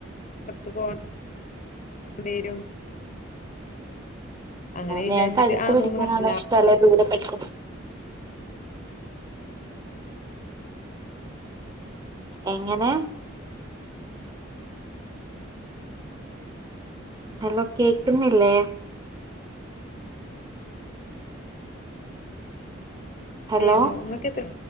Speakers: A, on the left; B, on the right.
A: പുറത്തു പോണം പേരും അങ്ങനെ വിചാരിച്ചിട്ട്
B: ഞങ്ങക്ക് അടുത്ത്
A: ആ
B: പിടിക്കാനാ
A: മൂന്ന് വർഷം ലാസ്റ്റ്
B: ഇഷ്ടല്ല ദൂരെപ്പെടി എങ്ങനെ ഹലോ കേക്കുന്നില്ലേ? ഹലോ
A: ര്ന്നു ങ്ങക്ക് എത്ര